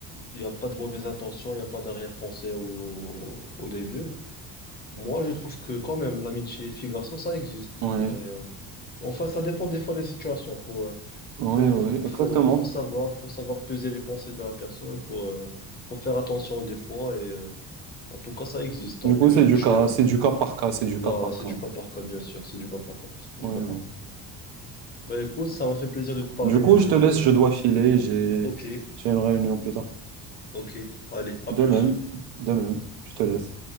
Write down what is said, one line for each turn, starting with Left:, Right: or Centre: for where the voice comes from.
Left: il y a pas de mauvaise intention, il y a pas d'arrière-pensée au, au, au début. Moi, je trouve que quand même, l'amitié fille-garçon, ça existe.
Right: Oui,
Left: Mais, euh, enfin, ça dépend des fois des situations. Faut, euh,
Right: oui,
Left: faut,
Right: oui,
Left: faut, faut,
Right: exactement.
Left: faut savoir, faut savoir peser les pensées de la personne. Faut, euh, faut faire attention des fois. Et euh, en tout cas, ça existe. Tant
Right: Du
Left: que
Right: coup, c'est du
Left: tu,
Right: cas,
Left: euh,
Right: c'est du cas par cas, c'est
Left: voilà,
Right: du cas par
Left: c'est
Right: cas.
Left: du cas par cas, bien sûr. C'est du cas par cas, du
Right: Oui,
Left: cas
Right: oui.
Left: par cas. Bah, écoute, ça m'a fait plaisir de te parler
Right: Du coup,
Left: de
Right: je te laisse, je dois filer, j'ai,
Left: Ok,
Right: j'ai une réunion plus tard.
Left: ok. Allez, à
Right: De
Left: plus.
Right: même, de même, je te laisse.